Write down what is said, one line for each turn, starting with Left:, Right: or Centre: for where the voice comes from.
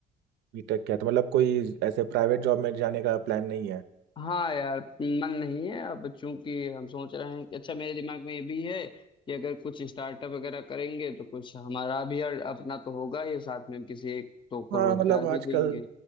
Right: बीटेक क्या तो मतलब कोई ऐसे प्राइवेट जॉब में जाने का प्लान नहीं है
Left: हाँ यार मन नहीं है अब चूंकि हम सोच रहे हैं कि अच्छा मेरे दिमाग में ये भी है कि अगर कुछ स्टार्टअप वगैरह करेंगे तो कुछ हमारा भी यार अपना तो होगा ये साथ में हम किसी एक तो को
Right: हाँ
Left: रोजगार
Right: मतलब
Left: भी
Right: आजकल
Left: देंगे